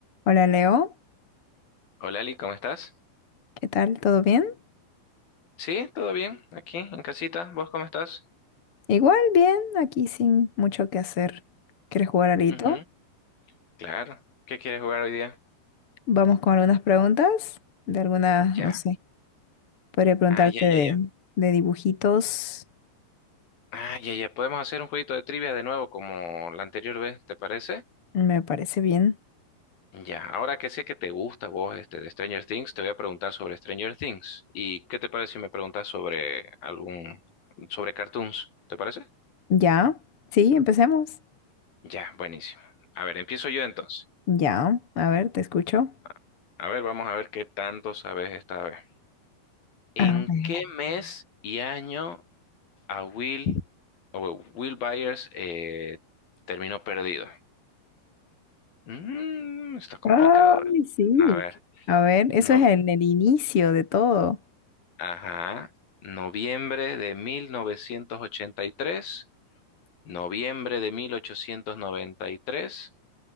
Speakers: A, on the left (about 40°); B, on the left (about 60°).
A: Hola Leo,
B: Hola Ali, ¿cómo estás?
A: ¿qué tal? ¿Todo bien?
B: Sí, todo bien, aquí en casita. ¿Vos cómo estás?
A: Igual bien, aquí sin mucho que hacer. ¿Quieres jugar alito?
B: Ujú, Claro. ¿Qué quieres jugar hoy día?
A: Vamos con algunas preguntas de algunas, no
B: Ya.
A: sé, podría preguntarte
B: Ah, ya,
A: de,
B: ya, ya.
A: de dibujitos.
B: Ah, ya, ya. Podemos hacer un jueguito de trivia de nuevo como la anterior vez, ¿te parece?
A: Me parece bien.
B: Ya. Ahora que sé que te gusta vos este de Stranger Things, te voy a preguntar sobre Stranger Things. ¿Y qué te parece si me preguntas sobre algún, sobre cartoons? ¿Te parece?
A: ¿Ya? Sí, empecemos.
B: Ya, buenísimo. A ver, empiezo yo entonces.
A: Ya, a ver, te escucho.
B: A a ver, vamos a ver qué tanto sabes esta vez. ¿En
A: A ver.
B: qué mes y año a Will, o Will Byers eh, terminó perdido? Mm, está complicado.
A: Ay,
B: eh.
A: sí.
B: A ver,
A: A ver, eso
B: no,
A: es en el inicio de todo.
B: ajá, noviembre de 1983, noviembre de 1893,